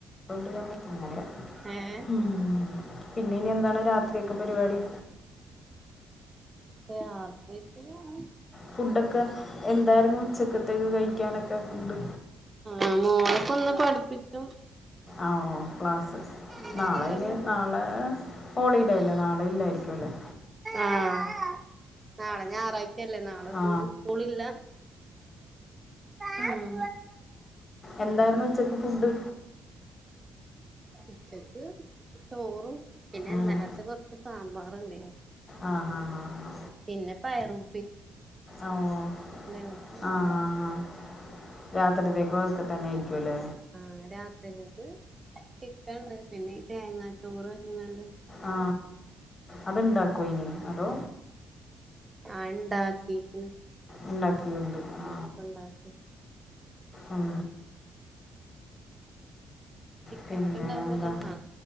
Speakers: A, on the left; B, on the right.
A: അതോണ്ട് <unintelligible>
B: ഏഹ്
A: ഉ പിന്നെ ഇനി എന്താണ് രാത്രിയക്കെ
B: അങ്ങനൊക്കെ
A: പരിപാടി
B: രാത്രിയക്ക് ഞാൻ
A: ഫുഡൊക്കെ എന്തായ്രുന്നു ഉച്ചക്കത്തേക്ക് കഴിക്കാനൊക്കെ ഫുഡ്
B: ആഹ് മോളൊക്കെ ഒന്ന് പഠിപ്പിക്കും
A: അ ഓ ക്ലാസ്
B: അതൊക്കെ
A: നാളെയ്ന്
B: തന്നെ
A: നാളെ ഹോളിഡേ
B: ഉം
A: അല്ലേ നാളെ ഇല്ലായിരിക്കും ല്ലേ
B: ആഹ് നാളെ ഞായറാഴ്ചല്ലേ നാളെസ്കൂള്
A: ആ
B: സ്കൂളില്ല ഹ്
A: എന്തായ്ര്ന്ന് ഉച്ചക്ക് ഫുഡ്
B: ഉച്ചക്ക് ചോറും പിന്നെ
A: ഉം.
B: ഇന്നലത്തെ കൊറച്ച് സാമ്പാറ്ണ്ടായ്ര്ന്ന്
A: ആ ഹാ ഹാ ഹാ
B: പിന്നെ പയറും
A: ഓ ആഹ
B: വെക്കുള്ളൂ
A: ആഹ്
B: അങ്ങനെ
A: ആഹ രാത്രിത്തേക്കും അതൊക്കെ തന്നെ ആയിരിക്കുംല്ലേ
B: ആഹ രാത്രികൽക്ക് ചിക്കൻണ്ട് പിന്നെ ഈ തേങ്ങാചോറാക്കിങ്ങാണ്ട്
A: ആ അത്ണ്ടാക്കോ അയ്ന് അതോ
B: ആ ഇണ്ടാക്കിക്ക്ണ്
A: ഇണ്ടാക്കിയുണ്ട് ആ
B: ഇപ്പ ഇണ്ടാക്കി
A: ഉം
B: ചിക്കനൊക്കെ
A: പിന്നെ
B: ഇണ്ടാവുമ്പോ
A: എന്താ
B: ഒരു രസ